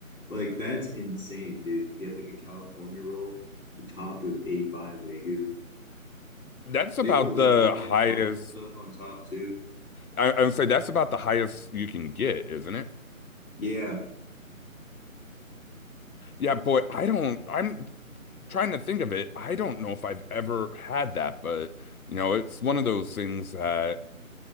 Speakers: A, on the left; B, on the left.
A: Like that's insane, dude, to get like a California roll topped with A5 Wagyu.
B: that's about
A: They put like
B: the
A: golden
B: highest.
A: truffle stuff on top too.
B: I, I would say that's about the highest you can get, isn't it?
A: Yeah,
B: Yeah, boy. I don't. I'm trying to think of it, I don't know if I've ever had that, but you know, it's one of those things that.